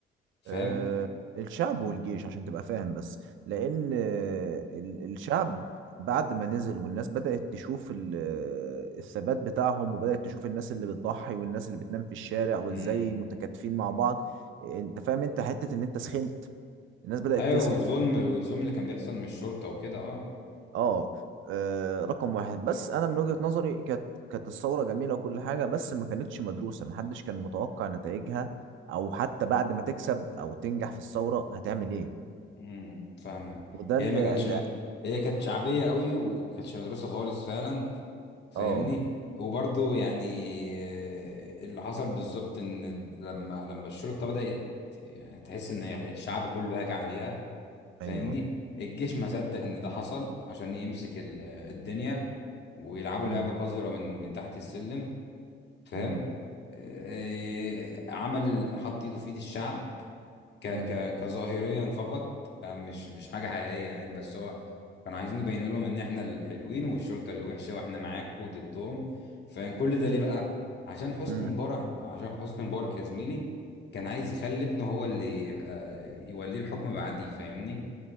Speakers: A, on the left; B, on the right.
A: فاهم
B: أه الشعب والجيش عشان تبقى فاهم بس لان آه، ال- الشعب بعد ما نزل والناس بدأت تشوف ال- آه، الثبات بتاعهم وبدأت تشوف الناس اللي بتضحي والناس اللي بتنام في الشارع وازاي
A: امم
B: متكاتفين مع بعض آه، انت فاهم انت حتة ان انت سخنت الناس بدأت
A: ايوه
B: تسخن
A: والظلم والظلم اللي كان بيحصل من الشرطه وكده اه
B: اه آه، رقم واحد بس انا من وجهة نظري كانت كانت الثورة جميلة وكل حاجة بس ما كانتش مدروسة محدش كان متوقع نتائجها او حتى بعد ما تكسب او تنجح في الثورة هتعمل ايه
A: امم فاهمك
B: وده
A: هي
B: اللي
A: ما كانتش
B: اللي-
A: هي كانت شعبيه قوي وكانتش مدروسه خالص فعلا فاهمني
B: اه
A: وبرضه يعني آه، اللي حصل بالظبط ان لما لما الشرطه بدات يعني تحس ان الشعب كله هاجع عليها فاهمني
B: ايوه
A: الجيش ما صدق ان ده حصل عشان يمسك ال- الدنيا ويلعبوا
B: امم
A: لعبة قذرة من من تحت السلم فاهم
B: امم
A: إيه، عمل حط ايده في ايد الشعب ك ك
B: امم
A: كظاهريا فقط آه، مش مش حاجة حقيقية يعني بس هو كانوا عايزين يبين لهم ان احنا الحلوين والشرطة اللي وحشة واحنا معاكم ضدهم فكان كل ده ليه بقى عشان حسني
B: امم
A: مبارك عشان حسني مبارك يا زميلي كان عايز يخلي ابنه هو اللي يبقى يوليه الحكم بعديه فاهمني